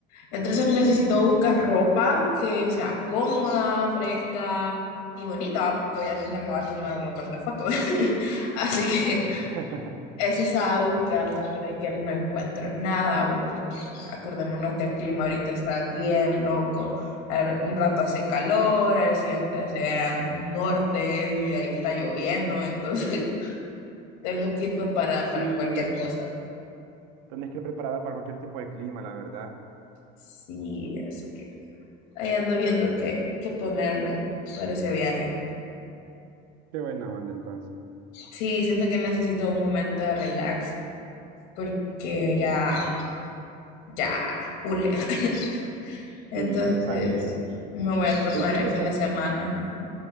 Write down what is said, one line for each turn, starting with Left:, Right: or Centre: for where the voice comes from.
Left: Entonces necesito buscar ropa que sea cómoda, fresca y bonita, porque obviamente me va a tomar un montón de fotos. <laughs> Así que
Right: <laughs>
Left: eso estaba buscando, pero es que no encuentro nada, vos, porque acordémonos que el clima ahorita está bien loco. A ver, Un rato hace calor, al siguiente se era un norte y de ahí está lloviendo, entonces <laughs> tengo que ir preparada
Right: Sí,
Left: para cualquier cosa.
Right: tenés que ir preparada para cualquier tipo de clima, la verdad.
Left: Sí, así que ahí ando viendo qué, qué ponerme para ese viaje.
Right: Qué buena onda entonces.
Left: Sí, siento que necesito un momento de relax porque ya, ya urge. <laughs> Entonces,
Right: Sí, está bien.
Left: me voy a tomar
Right: El fin
Left: el
Right: de
Left: fin
Right: semana.
Left: de semana. ajá.